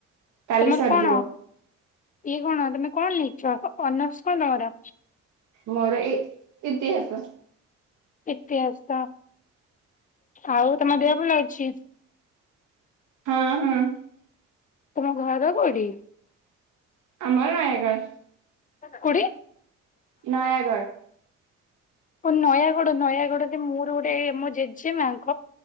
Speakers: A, on the right; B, on the left.
A: କାଲି
B: ତୋମର
A: ସରିଯିବ
B: କଣ ଇଏ କଣ? ତୋମେ କଣ ନେଇଛ? ଅର୍ନସ୍ କଣ ତୋମର?
A: ମୋର ଇ ଇତିହାସ
B: ଇତିହାସ ଆଉ ତମ ଦେହ ଭଲ ଅଛି?
A: ହଁ ହୁଁ।
B: ତମ ଘର କଉଠି?
A: ଆମର ନାୟାଗଡ଼।
B: କୋଉଠି?
A: ନୟାଗଡ଼।
B: ଓଃ ନୟାଗଡ ନୟାଗଡରେ ମୋର ଗୋଟେ ମୋ ଜେଜେ ମାଙ୍କ